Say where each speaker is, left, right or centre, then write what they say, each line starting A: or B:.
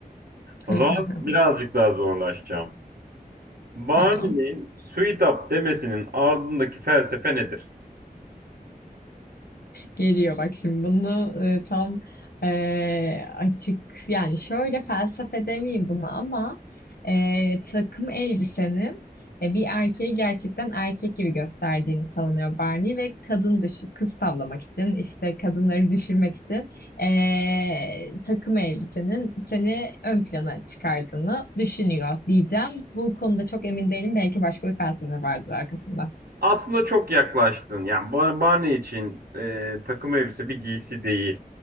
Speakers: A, on the left (about 80°); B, on the right (about 75°).
A: <laughs>
B: O zaman birazcık daha zorlaşacağım. Barney'nin
A: Tamam.
B: Sweet Up demesinin ardındaki felsefe nedir?
A: Geliyor bak şimdi bunu e, tam e, açık yani şöyle felsefe demeyeyim buna ama e, takım elbisenin e, bir erkeği gerçekten erkek gibi gösterdiğini savunuyor Barney ve kadın dışı kız tavlamak için işte kadınları düşürmek için e, takım elbisenin seni ön plana çıkardığını düşünüyor diyeceğim. Bu konuda çok emin değilim belki başka bir felsefe vardır arkasında.
B: Aslında çok yaklaştın. Yani Bar- Barney için e, takım elbise bir giysi değil.